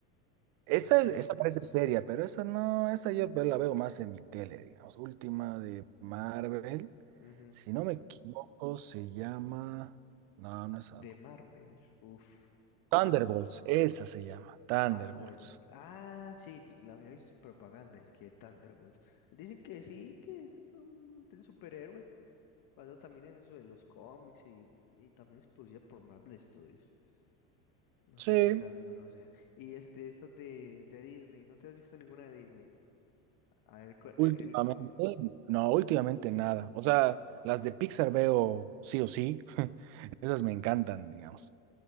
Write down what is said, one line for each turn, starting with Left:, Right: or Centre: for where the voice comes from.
Right: Esa,
Left: No sé.
Right: esa parece seria, pero esa no, esa yo ve- la veo más en mi tele, digamos. Última de Marvel.
Left: Ujú.
Right: Si no me equivoco, se llama. No, no es algo.
Left: De Marvel. Uf.
Right: Thunderbolts, esa se llama. Thunderbolts.
Left: Thunderbolt. Ah, sí, yo la había visto en propaganda, es que Thunderbolt. Dicen que sí, que es un superhéroe. Pasó también en eso de los cómics y, y también es producida por Marvel Studios. No
Right: Sí,
Left: sé qué tal, bueno, o sea. Y es de estas de, de Disney, ¿no te has visto ninguna de Disney? A ver, cua-
Right: Últimamente,
Left: eh, el...
Right: no, últimamente nada. O sea, las de Pixar veo sí o sí. <laughs> Esas me encantan, digamos.